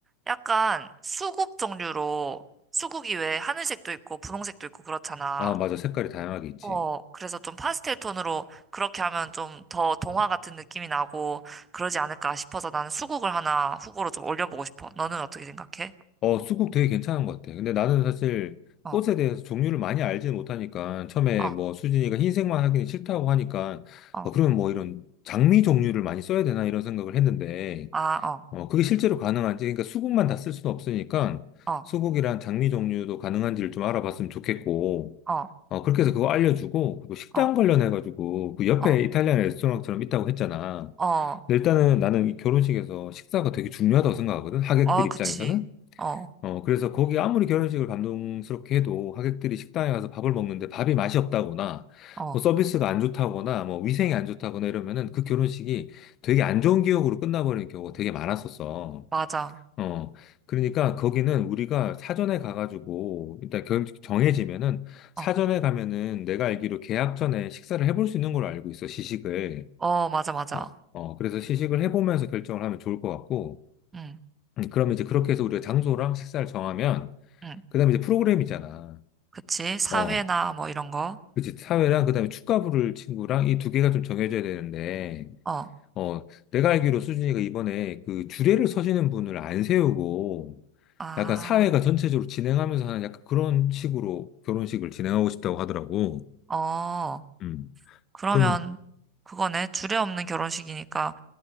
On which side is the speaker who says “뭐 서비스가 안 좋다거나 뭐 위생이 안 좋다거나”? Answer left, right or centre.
Left